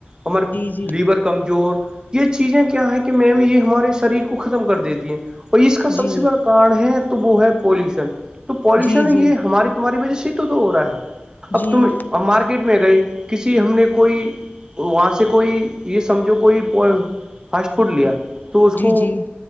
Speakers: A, on the right (about 20°); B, on the left (about 45°).
A: ہم
B: جی
A: لیور کم جور یہ چیزیں کیا ہے کہ میم یہ ہمارے شریر کو ختم کر دیتی ہے اور اس کا سب
B: جی
A: سے بڑا کاڑ ہے تو وہ ہے پولوشن تو پولوشن
B: جی جی
A: یہ ہماری تمہاری وجہ سے ہی تو تو ہو رہا ہے اب
B: جی
A: تم مارکیٹ میں گئی کسی ہم نے کوئی وہاں سے کوئی یہ سمجھو کوئی فاسٹ فوڈ لیا تو اس کو
B: جی جی جی